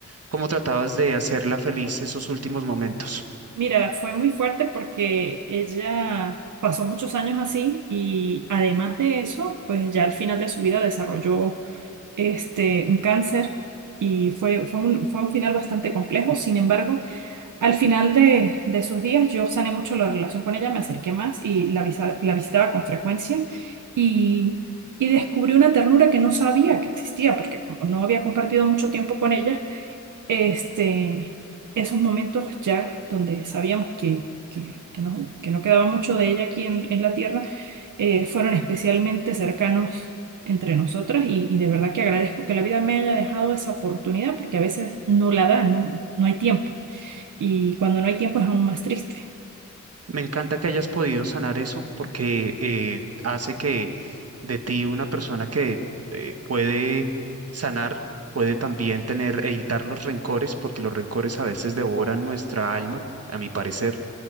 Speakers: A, on the right; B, on the right.
A: ¿cómo tratabas de hacerla feliz esos últimos momentos?
B: Mira, fue muy fuerte porque ella pasó muchos años así y además de eso, pues ya al final de su vida desarrolló este un cáncer y fue, fue un, fue un final bastante complejo. Sin embargo, al final de, de sus días yo sané mucho la relación con ella, me acerqué más y la, visa- la visitaba con frecuencia y, y descubrí una ternura que no sabía que existía porque como no había compartido mucho tiempo con ella, este, esos momentos ya donde sabíamos que, que, que no, que no quedaba mucho de ella aquí en, en la tierra, eh, fueron especialmente cercanos entre nosotras y, y de verdad que agradezco que la vida me haya dejado esa oportunidad porque a veces no la da, no, no hay tiempo y cuando no hay tiempo es aún más triste.
A: Me encanta que hayas podido sanar eso porque eh, hace que de ti una persona que eh, puede sanar, puede también tener, evitar los rencores, porque los rencores a veces devoran nuestra alma, a mi parecer.